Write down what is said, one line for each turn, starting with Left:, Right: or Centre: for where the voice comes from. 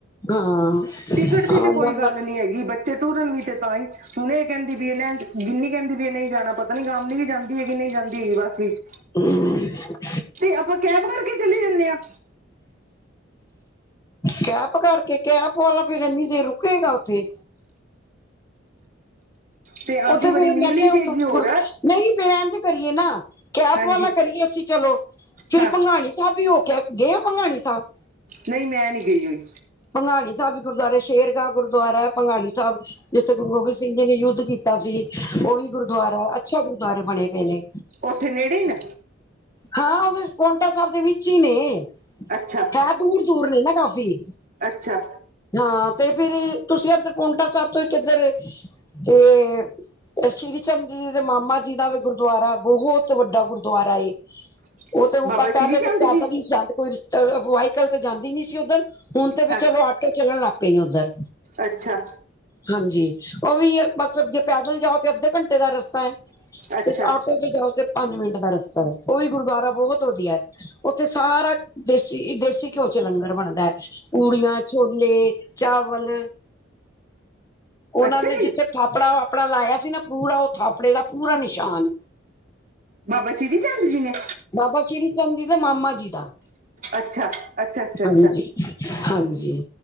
Left: ਹਾਂ ਆਣ
Right: ਟਿਕਟ ਦੀ ਤੇ ਕੋਈ
Left: ਜਾਂਦਾ
Right: ਗੱਲ ਨੀ ਹੈ ਬੱਚੇ ਤੁਰਨ ਵੀ ਤੇ ਤਾਂ ਈ, ਹੁਣ ਇਹ ਕਹਿਦੀ ਵੀ, <unintelligible> ਗਿਨੀ ਕਹਿਦੀ ਵੀ ਇਹ ਨਈ ਜਾਣਾ। ਪਤਾ ਨੀ ਗਾਮਨੀ ਵੀ ਜਾਦੀ ਐ, ਕਿ ਨਈ ਜਾਦੀ ਬੱਸ ਵਿਚ।
Left: <inaudible>
Right: ਤੇ ਆਪਾਂ ਕੈਬ ਕਰਕੇ ਚਲੇ ਜਾਨੇ ਆਂ।
Left: ਕੈਪ ਕਰਕੇ, ਕੈਪ ਵਾਲਾ ਫਿਰ ਇਨੀ ਚਿਰ ਰੁਕੇਗਾ ਉਥੇ।
Right: ਤੇ ਆਂਦੀ
Left: ਉੱਥੇ
Right: ਵਾਰੀ
Left: ਫਿਰ
Right: ਮਿਲ
Left: ਮੈਂ ਕਿਹਾ
Right: ਹੀ ਜਾਏਗੀ
Left: ੳਥੋਂ
Right: ਹੋਰ
Left: ਗੁਰ <unintelligible> ਨਹੀਂ ਫਿਰ ਇੰਝ ਕਰੀਏ ਨਾ, ਕੈਪ
Right: ਹਾਂਜੀ
Left: ਵਾਲਾ ਕਰੀਏ ਅਸੀਂ ਚਲੋ, ਫਿਰ
Right: ਹਾਂ
Left: ਭੰਗਾਣੀ ਸਾਬ ਵੀ ਹੋ ਕੇ ਗੇ ਓ ਭੰਗਾਣੀ ਸਾਬ?
Right: ਨਈ ਮੈਂ ਨੀ ਗਈ ਓਈ।
Left: ਭੰਗਾੜੀ ਸਾਬ ਵੀ ਗੁਰਦੁਆਰੈ ਸ਼ੇਰਗਾ ਗੁਰਦੁਆਰਾ ਐ, ਭੰਗਾੜੀ ਸਾਬ ਜਿੱਥੇ ਗੁਰੂ ਗੋਬਿੰਦ ਸਿੰਘ ਜੀ ਨੇ ਯੁੱਧ ਕੀਤਾ ਸੀ। ਉਹ ਵੀ ਗੁਰਦੁਆਰਾ ਐ, ਅੱਛਾ ਗੁਰਦੁਆਰੇ ਬਣੇ ਪੇ ਨੇ।
Right: ਉੱਥੇ ਨੇੜੇ ਈ ਨ।
Left: ਹਾਂ, ਬਸ ਪੋਂਟਾ ਸਾਬ ਦੇ ਵਿੱਚੀ ਨੇ।
Right: ਅੱਛਾ,
Left: ਹੈ ਦੂਰ ਦੂਰ ਨੇ ਨਾ ਕਾਫ਼ੀ
Right: ਅੱਛਾ।
Left: ਹਾਂ, ਤੇ ਫਿਰ, ਤੁਸੀਂ ਇੱਧਰ ਪੋਂਟਾ ਸਾਬ ਤੋਂ ਕਿੱਧਰ, ਤੇ ਸ੍ਰੀ ਚੰਦ ਜੀ ਦੇ ਮਾਮਾ ਜੀ ਦਾ ਵੀ ਗੁਰਦੁਆਰਾ ਬਹੁਤ ਵੱਡਾ ਗੁਰਦੁਆਰਾ ਏ।
Right: <inaudible>
Left: ਉਹ ਤੇ, <unintelligible>
Right: ਸ਼੍ਰੀ
Left: ਪਹਿਲੇ
Right: ਚੰਦ
Left: ਤਾਂ, ਪੈਦਲ
Right: ਜੀ
Left: ਹੀ ਜਾਂਦੇ ਕੋਈ ਵਾਇਕਲ ਤੇ ਜਾਂਦੀ ਨੀ ਸੀ ਉੱਧਰ। ਹੁਣ ਤੇ
Right: ਹਾਂ
Left: ਵੀ ਚਲੋ ਆਟੋ ਚੱਲਣ ਲੱਗ ਪਏ ਨੇ ਓਦਰ
Right: ਅੱਛਾ।
Left: ਹਾਂਜੀ ਓ ਵੀ ਏ ਬਸ ਜੇ ਪੈਦਲ ਜਾਓ ਤੇ ਅੱਧੇ ਘੰਟੇ ਦਾ ਰਸਤਾ ਐ।
Right: ਅੱਛਾ
Left: ਤੇ ਆਟੋ ਤੇ ਜਾਓ ਤੇ ਪੰਜ ਮਿੰਟ ਦਾ ਰਸਤਾ ਐ, ਓ ਵੀ ਗੁਰਦੁਆਰਾ ਬਹੁਤ ਵਧੀਆ ਐ। ਓਥੇ ਸਾਰਾ ਦੇਸੀ-ਦੇਸੀ ਘਿਓ ਚ ਲੰਗਰ ਬਣਦਾ ਐ ਪੂੜੀਆਂ ਛੋਲੇ, ਚਾਵਲ ਓਨਾਂ
Right: ਅੱਛਾ
Left: ਨੇ
Right: ਜੀ
Left: ਜਿਥੇ ਥਾਪੜਾ ਵਾਪੜਾ ਲਾਇਆ ਸੀ ਨਾ ਪੂਰਾ ਓ ਥਾਪੜੇ ਦਾ ਪੂਰਾ ਨਿਸ਼ਾਨ
Right: ਬਾਬਾ ਸ਼੍ਰੀ ਚੰਦ ਜੀ ਨੇ।
Left: ਬਾਬਾ ਸ੍ਰੀ ਚੰਦ ਜੀ ਦੇ ਮਾਮਾ ਜੀ ਦਾ।
Right: ਅੱਛਾ, ਅੱਛਾ, ਅੱਛਾ, ਅੱਛਾ।
Left: ਹਾਂਜੀ ਹਾਂਜੀ।